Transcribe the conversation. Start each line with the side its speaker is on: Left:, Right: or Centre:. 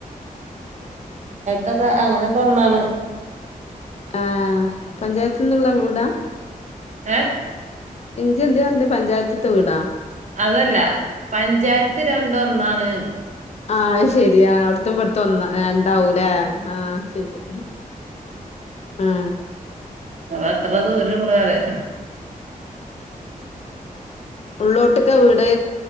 Right: തൊക്കെ അങ്ങനൊക്കെ വന്നാണ്
Left: ആ പഞ്ചായത്ത്ന്ന്ള്ള വീടാ
Right: ഏ
Left: ജ് ന്തെ പറഞ്ഞേ പഞ്ചായത്ത്ത്തെ വീടാ
Right: അതല്ല പഞ്ചായത്ത് രണ്ടും ഒന്നാണ്ന്ന്
Left: ആ അത് ശെരി അവിട്തോം ഇവ്ട്തോം ഒന്ന് രണ്ടാവൂലെ
Right: ഉം
Left: ആ ശെരി ആ
Right: അത്ര ദൂരൊള്ളൂ പറയാ
Left: ഉള്ളോട്ട്ക്കാ വീട്